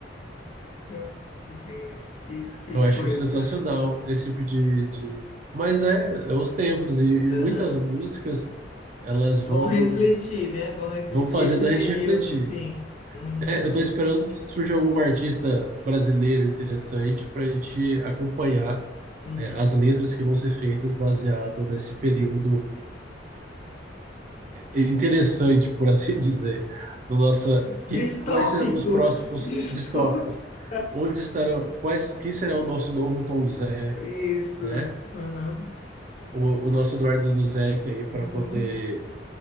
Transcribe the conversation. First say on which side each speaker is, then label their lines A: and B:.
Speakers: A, on the left; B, on the right.
A: <laughs> Gente, que, que
B: Eu acho
A: coisa.
B: sensacional esse tipo de, de... Mas é, é os tempos e, e
A: Aham.
B: muitas músicas elas
A: Vão
B: vão
A: refletir, né? Vão refletir
B: vão fazendo
A: esse
B: a
A: período,
B: gente refletir.
A: assim. Uhum,
B: É, eu estou esperando que surja algum artista brasileiro interessante para a gente acompanhar
A: uhum.
B: é, as letras que vão ser feitas baseada nesse período interessante, por assim <laughs> dizer, no nossa
A: Distópico.
B: que quais serão os próximos
A: <laughs> Distópico.
B: distópicos? Onde estarão quais quem será o nosso novo Tom Zé?
A: Isso.
B: né?
A: Uhum.
B: o, o nosso Eduardo Duzec aí
A: Uhum.
B: para poder